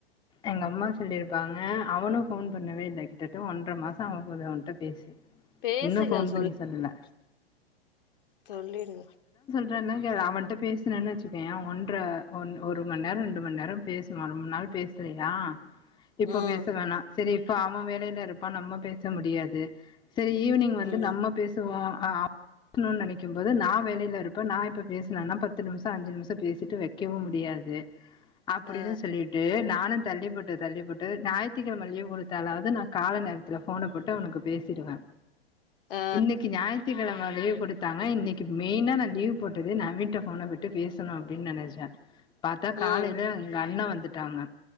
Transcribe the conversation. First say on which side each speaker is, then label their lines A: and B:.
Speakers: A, on the left (about 15°); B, on the left (about 60°).
A: எங்க அம்மா சொல்லிருப்பாங்க அவனு ஃபோன் பண்ணவே இல்ல கிட்டட்ட ஒன்ற மாசோ ஆவ போது அவன்ட்ட பேசி
B: பேசுகள்
A: இன்னு ஃபோன் பண்ணி சொல்லல.
B: சொல்லிரு
A: <unintelligible> அவன்ட பேசனோனு வச்சுக்கய ஒன்ற ஒன் ஒரு மண்நேர ரெண்டு மண்நேர பேசுவா ரொம்ப நாள் பேசலயா இப்ப
B: ம்
A: பேச வேணா செரி இப்ப அவன் வேலைல இருப்பான் நம்ம பேச முடியாது செரி ஈவினிங் வந்து
B: ம்
A: நம்ம பேசுவோ அப் னு நெனைக்க போது நா வேலைல இருப்பே நா இப்ப பேசலான்னா பத்து நிம்ஷ அஞ்சு நிம்ஷ பேசிட்டு வைக்கவு முடியாது அப்பிடின்னு
B: ஆ
A: சொல்லிட்டு நானு தள்ளிப்போட்டு தள்ளிப்போட்டு ஞாயித்துக்கிழம லீவு குடுத்தாலாவது நா கால நேரத்துல‌ ஃபோன போட்டு அவனுக்கு பேசிருவே
B: ஆ
A: இன்னைக்கு ஞாயித்துக்கெழம லீவ் குடுத் ஆ இன்னைக்கு மெய்னா நா லீவ் போட்டது நவீன்ட்ட ஃபோன விட்டு பேசணு அப்டின்னு நெனச்சே பாத்தா காலைல
B: ம்
A: எங்க அண்ணே வந்துட்டாங்க